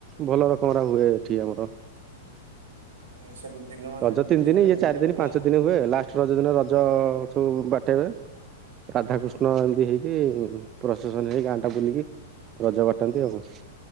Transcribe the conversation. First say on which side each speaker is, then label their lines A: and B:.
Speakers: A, on the right; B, on the right.
A: ଭଲ ରକମର ହୁଏ ଏଠି ଆମର।
B: ହୁଁ ସେମିତି ଦିନ ମାନ
A: ରଜ
B: ଯିଏ
A: ତିନି
B: ଯୁଆଡେ
A: ଦିନ ଇଏ
B: ବୁଲୁଛ
A: ଚାରି ଦିନ
B: ବୁଲ।
A: ପାଞ୍ଚ ଦିନ ହୁଏ ଲା ଷ୍ଟ ରଜ ଦିନ ରଜ ସବୁ ବାଟେଇବେ ରାଧାକୃଶ
B: ହୁଁ
A: ଷ୍ଣ ଏମିତି ହେଇକି ପ୍ରସେସନ ହେଇ ଗାଁ ଟା ବୁଲିକି ରଜ ବାଟନ୍ତି ଆଉ କଣ?